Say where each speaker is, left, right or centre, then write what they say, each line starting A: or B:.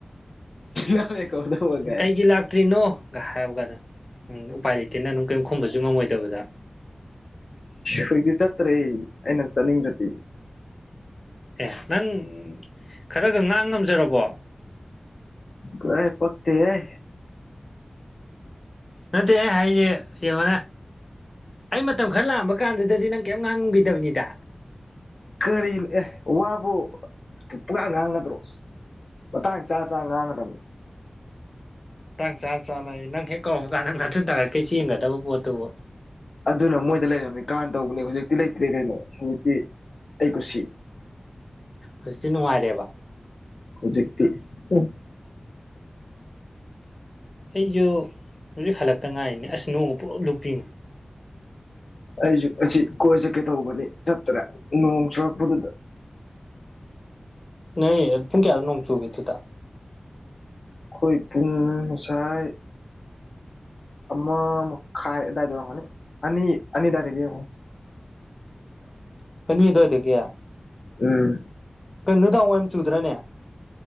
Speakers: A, on the left; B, on the left.
A: ꯅꯪꯅ ꯀꯧꯗꯧꯕꯒꯥꯏ
B: ꯀꯩꯒꯤ ꯂꯥꯛꯇ꯭ꯔꯤꯅꯣ ꯒ ꯍꯥꯏꯕ ꯀꯥꯟꯗ ꯎꯄꯥꯏ ꯂꯩꯇꯦꯅ ꯑꯗꯨꯝ ꯀꯔꯤꯝ ꯈꯨꯝꯕꯁꯨ ꯉꯝꯃꯣꯏꯗꯕꯗ
A: ꯍꯧꯣꯏꯗꯤ ꯆꯠꯇ꯭ꯔꯦ ꯑꯩꯅ ꯆꯠꯅꯤꯡꯗ꯭ꯔꯗꯤ
B: ꯑꯦ ꯅꯪ ꯈꯔꯒ ꯉꯥꯡ ꯉꯝꯖꯔꯕꯣ
A: ꯀꯥꯏ ꯄꯛꯇ ꯑꯦ
B: ꯅꯠꯇꯦ ꯑꯩ ꯍꯥꯏꯖꯦ ꯌꯦꯡꯉꯣꯅꯦ ꯑꯩ ꯃꯇꯝ ꯈꯔ ꯂꯥꯛꯑꯝꯕ ꯀꯥꯟꯗꯨꯗꯗꯤ ꯅꯪ ꯀꯩꯝ ꯉꯥꯡꯉꯝꯈꯤꯗꯕꯅꯤꯗ
A: ꯀꯔꯤꯟ ꯑꯦ ꯋꯥꯕꯨ ꯄꯨꯡꯉꯥꯡ ꯉꯥꯡꯒꯗ꯭ꯔꯣ ꯃꯇꯥꯡ ꯆꯥ ꯆꯥꯅ ꯉꯥꯡꯒꯗꯕꯅꯤ
B: ꯃꯇꯥꯡ ꯆꯥ ꯆꯥꯅꯌꯦ ꯅꯪ ꯍꯦꯛ ꯀꯧꯔꯛꯄ ꯀꯥꯟꯗ ꯅꯪ ꯅꯊꯨꯟ ꯊꯥꯡꯒꯠꯀꯩ ꯆꯦꯟꯒ꯭ꯔꯗꯕ ꯄꯣꯠꯇꯨꯕꯨ
A: ꯑꯗꯨꯅ ꯃꯣꯏꯗ ꯂꯩꯔꯝꯃꯤ ꯀꯥꯟꯅ ꯇꯧꯕꯅꯦ ꯍꯧꯖꯤꯛꯇꯤ ꯂꯩꯇ꯭ꯔꯦ ꯀꯩꯅꯣ ꯍꯧꯖꯤꯛꯇꯤ ꯑꯩ ꯀꯨꯁꯤ
B: ꯍꯧꯖꯤꯛꯇꯤ ꯅꯨꯡꯉꯥꯏꯔꯦꯕꯥ
A: ꯍꯧꯖꯤꯛꯇꯤ ꯄꯨꯝ
B: ꯑꯩꯁꯨ ꯍꯧꯖꯤꯛ ꯍꯜꯂꯛꯇ ꯉꯥꯏꯔꯤꯅꯦ ꯑꯁ ꯅꯣꯡꯅ ꯄꯨꯡꯂꯨꯞ ꯂꯨꯞꯄꯤꯉꯣ
A: ꯑꯩꯁꯨ ꯉꯁꯤ ꯀꯣꯏ ꯆꯠꯀꯦ ꯇꯧꯕꯅꯤ ꯆꯠꯇ꯭ꯔꯦ ꯅꯣꯡ ꯆꯨꯔꯛꯄꯗꯨꯗ
B: ꯅ ꯄꯨꯡ ꯀꯌꯥꯗ ꯅꯣꯡ ꯆꯨꯒꯦꯗꯨꯗ
A: ꯑꯩꯈꯣꯏ ꯄꯨꯡ ꯉꯁꯥꯏ ꯑꯃ ꯃ ꯈ ꯗꯗꯥꯗ ꯋꯥꯉꯅꯤ ꯑꯅꯤ ꯑꯅꯤ ꯗꯗꯥꯗꯒꯤ
B: <unintelligible> ꯍꯅꯤꯗ ꯑꯣꯏꯗ ꯀꯦꯌꯥ
A: ꯎꯝ
B: ꯀꯩꯅꯣꯗꯥꯋꯥꯏꯣꯏꯝ ꯆꯨꯗ꯭ꯔꯅꯦ